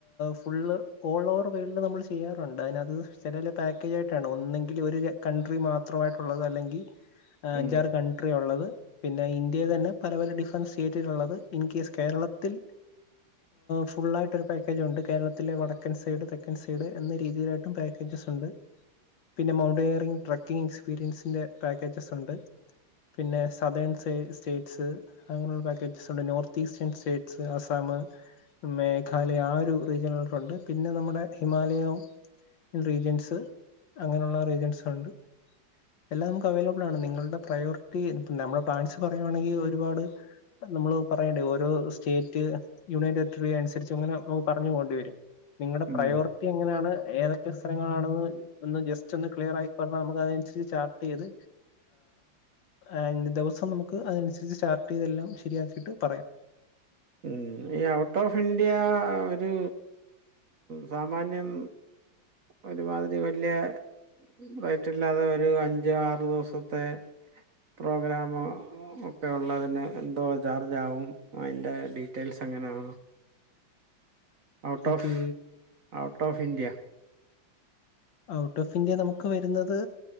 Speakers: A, on the left; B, on the right.
A: ഫുള്ള് ഓൾ ഓവർ വേൾഡ് നമ്മൾ ചെയ്യാറുണ്ട് അയ്നത് ചിലര് പാക്കേജയിട്ടാണ് ഒന്നെങ്കിൽ ഒരു കൺട്രി മാത്രമായിട്ടുള്ളത് അല്ലെങ്കി അഞ്ചാറ്
B: ഉം
A: കൺട്രി ഉള്ളത് പിന്നെ ഇന്ത്യയിൽ തന്നെ പല പല ഡിഫറൻസ് സ്റ്റേറ്റുകളുള്ളത് ഇൻ കേസ് കേരളത്തിൽ ഫുള്ളായിട്ട് ഒരു പാക്കേജ് ഉണ്ട് കേരളത്തിലെ വടക്കൻ സൈഡ് തെക്കൻ സൈഡ് എന്ന രീതിയിലായി ട്ടും പാക്കേജ്സ്ണ്ട് പിന്നെ മൗണ്ടനീറിങ്ങ് ട്രക്കിംഗ് എക്സ്പീരിയൻസിൻന്റെ പാക്കേജസ് ഉണ്ട്. പിന്നെ സതേൺ സ്റ്റേറ്റ്സ് അങ്ങനെയുള്ള പാക്കേജസ് ഉണ്ട് north eastern states. Assam Meghalaya ആ ഒരു റീജ്യനുകളിലട്ടുണ്ട്. പിന്നെ നമ്മുടെ ഹിമാലയവും. റീജിയൻസ് അങ്ങനെയുള്ള റീജിയൻസ് ഉണ്ട് എല്ലാം നമുക്ക് അവൈലബിൾ ആണ് നിങ്ങളുടെ പ്രയോറിറ്റി നമ്മുടെ പ്ലാൻസ് പറയുയാണെങ്കിൽ ഒരുപാട് നമ്മള് പറയണ്ടെ ഓരോ സ്റ്റേറ്റ് യൂണിയൻ ടെറിറ്റ്റിയ അനുസരിച്ച് ങ്ങനെ നൊ പറഞ്ഞ് പോണ്ടിവരും നിങ്ങളുടെ
B: ഉം
A: പ്രയോറി. റ്റി എങ്ങനെയാണ് ഏതൊക്കെ സ്ഥലങ്ങളാണെന്ന് ഒന്ന് ജസ്റ്റ് ഒന്ന് ക്ലിയർ ആയി പറഞ്ഞ. നമുക്ക് അതിനനുസരിച്ച് ചാർട്ട് ചെയ്ത് ഏഹ് ദിവസം നമുക്ക് അതനുസരിച്ച് ചാർട് ചെയ്തെല്ലാം ശരിയാക്കിയിട്ട് പറയാം
B: ഉം ഈ ഔട്ട് ഓഫ് ഇന്ത്യ ഒരു സാമാന്യം ഒരുമാതിരി വല്യ റേറ്റ്ല്ലാതെ ഒരു അഞ്ച് ആറ് ദിവസത്തെ പ്രോഗ്രാമൊ ക്കെ ഉള്ളതിന് എന്തോ ചാർജ് ആകും അതിൻ്റെ ഡീറ്റെയിൽസ് എങ്ങനെയാണ് out
A: okay
B: of out of India.
A: Out of India നമുക്ക് വരുന്നത്